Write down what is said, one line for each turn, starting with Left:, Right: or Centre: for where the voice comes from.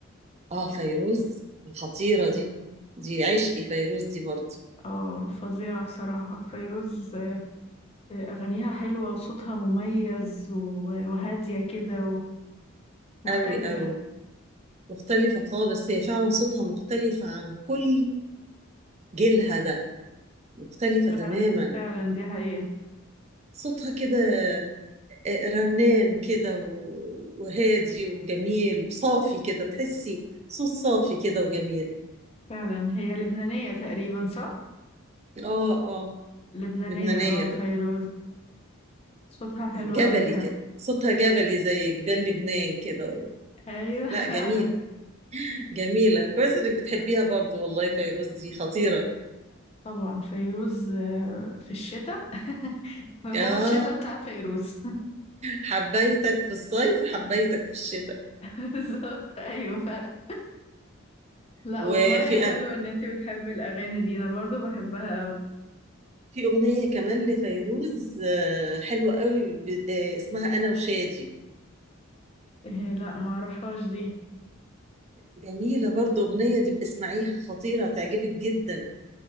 Right: اه فيروز الخطيره دي دي عشقي فيروز دي برضه
Left: اه فظيعة بصراحة فيروز آه، أغانيها حلوة وصوتها مميز و- وهادية كده ومختلفة
Right: قوي قوي مختلفه خالص هي فعلا صوتها مختلف عن كل جيلها ده مختلفة تماما
Left: فعلا فعلا دي حقيقة
Right: صوتها كده آه، رنان كده و- وهادي وجميل صافي كده تحسي صوت صافي كده وجميل
Left: فعلا هي لبنانية تقريبا صح؟
Right: اه اه
Left: لبنانية
Right: لبنانية
Left: اه
Right: آه.
Left: فيروز صوتها حلو
Right: جبلي
Left: قوي فعلا
Right: كده صوتها جبلي زي جبال لبنان كده و...
Left: ايوه
Right: لا
Left: <laughs> فعلا
Right: جميل جميلة كويس انك بتحبيها برضو والله فيروز دي خطيرة
Left: طبعا فيروز آه، في الشتاء <laughs> هو
Right: اه
Left: الشتاء بتاع فيروز
Right: حبيتك في الصيف حبيتك في الشتاء
Left: <laughs> بالظبط ايوه فعلا لا
Right: وفي
Left: والله حلو ان انتي بتحبي الاغاني دي انا برضو بحبها قوي
Right: في أغنية كمان لفيروز آه، حلوة قوي ب- آه، اسمها أنا وشادي
Left: إيه لا ما اعرفهاش دي
Right: جميلة برضو أغنية دي اسمعيها خطيرة تعجبك جدا